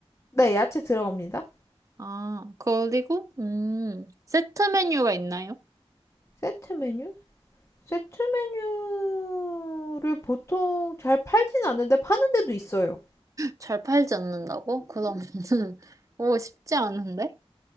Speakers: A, on the left; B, on the right.
A: 네, 야채 들어갑니다.
B: 아, 그리고, 음, 세트 메뉴가 있나요?
A: 세트 메뉴? 세트 메뉴를 보통 잘 팔진 않는데 파는 데도 있어요.
B: 잘 팔지 않는다고? 그러면은, <laughs> 오, 쉽지 않은데?